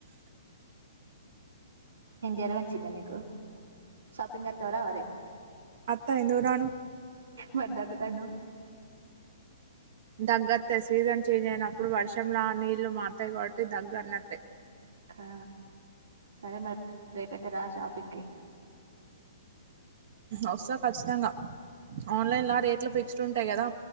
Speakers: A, on the right; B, on the right.
A: ఏం జ్వరం వచ్చిందా నీకు షాపింగ్ వత్తావ రావా రేపు
B: అత్త ఎందుకు రాను
A: మరి దగ్గుతాన్నవ్
B: దగ్గత్తాది సీజన్ చేంజ్ అయినప్పుడు వర్షంలో ఆ నీళ్లు మారతాయి కాబట్టి దగ్గు అన్ని అత్తాయి
A: ఆ సరే మరి రేపూ అయితే రా షాపింగ్కి
B: వస్తా ఖచ్చితంగా ఆన్లైన్లో రేట్లు ఫిక్స్డ్ ఉం టాయ్ కదా